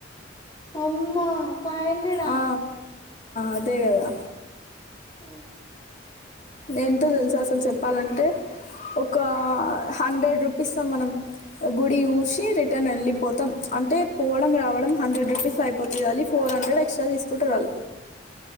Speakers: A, on the left; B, on the left.
A: అమ్మా ఫైవ్ హండ్రెడ్
B: ఆ, అదే కదా
A: ఆ
B: ఏంటో తెలుస అసలు చెప్పాలంటే ఒక హండ్రెడ్ రూపీస్ మనం గుడి చూసి రిటర్న్ వెళ్ళిపోతాం అంటే పోవడం రావడం హండ్రెడ్ రూపీస్ అయిపోతుంది అ ఫ ఫోర్ హండ్రెడ్ ఎక్స్ట్రా తీసుకుంటారు వాళ్లు